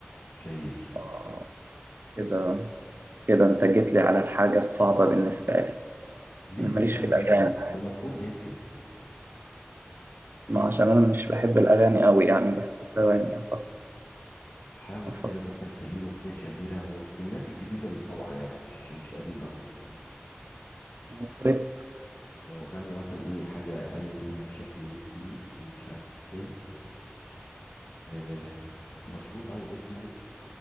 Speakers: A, on the left; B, on the right.
A: شهير
B: آه، كده كده انت جيت لي على الحاجة الصعبة بالنسبة لي
A: ليه
B: انا ماليش
A: ده سهل
B: في الاغاني
A: جدا ده مشهور جدا
B: ما عشان انا مش بحب الاغاني قوي يعني بس ثواني افكر
A: حاول
B: افكر
A: كده مثلا كان ليه أغنية شهيرة هو من الناس الجديدة اللي طالعة يعني مش مش قديم أوي
B: مطرب
A: هو غنى مثلا ايه حاجة عيني منها بشكل ودي ومش عارف ايه آه مشهور او اسمه